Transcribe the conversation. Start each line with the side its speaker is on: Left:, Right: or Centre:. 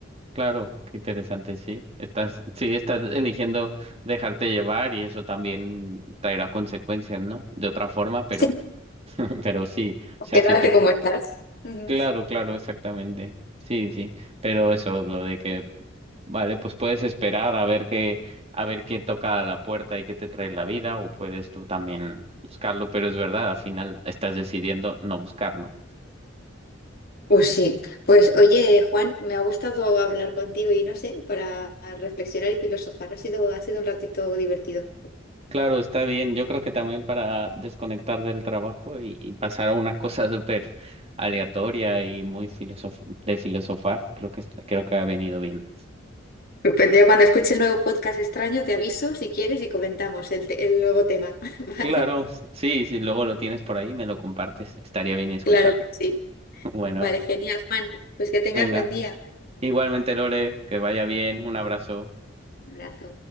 Right: claro, qué interesante, sí. Estás, sí, estás eligiendo dejarte llevar y eso también traerá consecuencias, ¿no? De otra forma, pero,
Left: Sí.
Right: <laughs> pero sí. O sea,
Left: Quedarte
Right: si tú
Left: como estás. Ujú.
Right: Claro, claro, exactamente. Sí, sí, pero eso, lo de que, vale, pues puedes esperar a ver qué, a ver qué toca a la puerta y qué te trae la vida, o puedes tú también buscarlo, pero es verdad, al final estás decidiendo no buscarlo.
Left: Pues sí. Pues oye, Juan, me ha gustado hablar contigo y no sé, para reflexionar y filosofar. Ha sido, ha sido un ratito divertido.
Right: Claro, está bien. Yo creo que también para desconectar del trabajo y, y pasar a una <laughs> cosa súper aleatoria y muy filosof de filosofar, creo que, est- creo que ha venido bien.
Left: depende Cuando escuche el nuevo podcast extraño, te aviso si quieres y comentamos el, te- el nuevo tema, <laughs>
Right: Claro,
Left: ¿vale?
Right: sí, si luego lo tienes por ahí, me lo compartes, estaría bien escucharlo.
Left: Claro que sí.
Right: <laughs> Bueno.
Left: Vale, genial, Juan. Pues que tengas
Right: Venga,
Left: buen día.
Right: igualmente Lore, que vaya bien, un abrazo.
Left: Un abrazo.